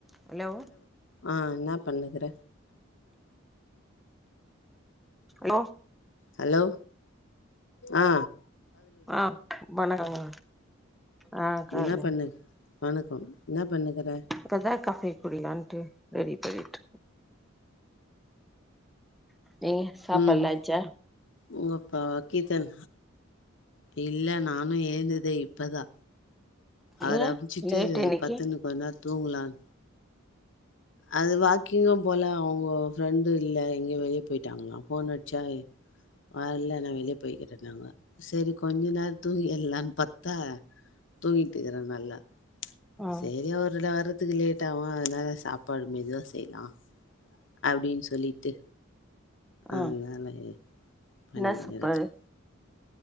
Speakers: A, in the centre; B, on the left.
A: ஹலோ
B: அ என்ன பண்ணுகிற
A: ஹலோ
B: ஹலோ அ
A: அ வணக்கங்க அ கால
B: என்ன பண்ணு வணக்கம் என்ன பண்ணுகிற
A: இப்பதா காஃபி குடிக்கலான்ட்டு ரெடி பன்னிட்டு இருக்கே நீங்க சாப்பாட்லா
B: உம்
A: ஆச்சா
B: உங்கப்பா கீதன் இல்ல நானு ஏந்ததே இப்பதா அவர
A: ஏ
B: அம்ச்சுட்டு
A: லேட் இன்னைக்கு
B: பத்துன்னு கொஞ்ச நேரோ தூங்லானு அது வாக்கிங்கு போல அவங்க ஃப்ரெண்டு இல்ல எங்கயோ வெளியே போயிட்டாங்களா ஃபோன் அடிச்சா வரல நா வெளியே போய்கிட்டு இருக்கே சரி கொஞ்ச நேர தூங்கி இல்லான்னு பாத்தா தூங்கிட்டு இருக்குறே நல்லா
A: ம்
B: சரி அவரு வர்றதுக்கு லேட்டாகு அதனால சாப்பாடு மெதுவா செய்லா அப்டின்னு சொல்லிட்டு அதனால
A: ஆ
B: பண்ணி
A: என்ன சாப்பாடு
B: இருக்கறே